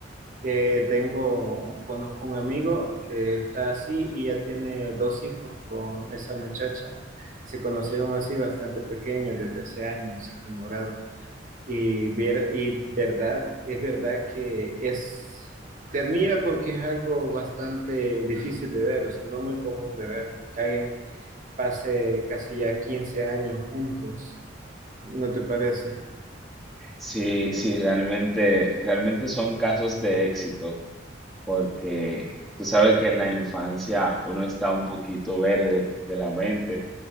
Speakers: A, on the right; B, in the centre.
A: Que tengo, conozco un amigo que está así y ya tiene dos hijos con esa muchacha. Y se conocieron así bastante pequeños, de 13 años, en séptimo grado. Y, ver- y verdad, es verdad que es, te admira porque es algo bastante difícil de ver, o sea, no muy común de ver que alguien pase casi ya 15 años juntos, ¿no te parece?
B: Sí, sí, realmente, realmente son casos de éxito, porque tú sabes que en la infancia uno está un poquito verde de la mente.